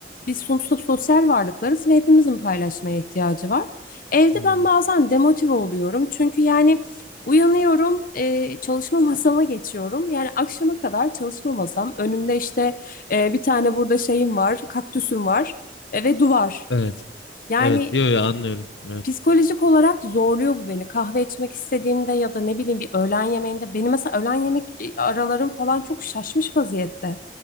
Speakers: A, on the left (about 50°); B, on the left (about 80°).
A: biz sonuçta sosyal varlıklarız ve hepimizin paylaşmaya ihtiyacı var. Evde
B: Hmm,
A: ben bazen demotive oluyorum. Çünkü yani uyanıyorum, e, çalışma <laughs> masama geçiyorum. Yani akşama kadar çalışma masam. Önümde işte e, bir tane burada şeyim var, kaktüsüm var e, ve duvar.
B: Evet,
A: Yani
B: evet, yo, yo, anlıyorum. Evet.
A: psikolojik olarak zorluyor bu beni. Kahve içmek istediğimde ya da ne bileyim bir öğlen yemeğinde. Benim mesela öğlen yemek e, aralarım falan çok şaşmış vaziyette.